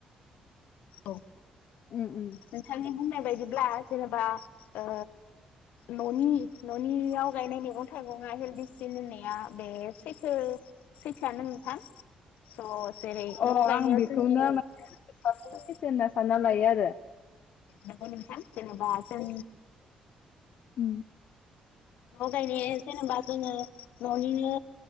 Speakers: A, on the left; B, on the left.
A: औ।
B: उम उम
A: नोंथांनि बुंनाय बायदिब्ला जेनेबा ओ। ननि ननियाव गायनाय मैगं थाइगंआ हेलडिसिन होननाया बे सैथो सैथोआनो नोंथां। लस जेरै
B: अ
A: न गायनायाव
B: आं बेखौनो
A: जोंङो औ।
B: माने बांसिन सैथो होनना सानना लायो आरो
A: नंगौ नोंथां जेनेबा जों
B: उम।
A: न गायनाया जेनेबा जोंङो ननिनो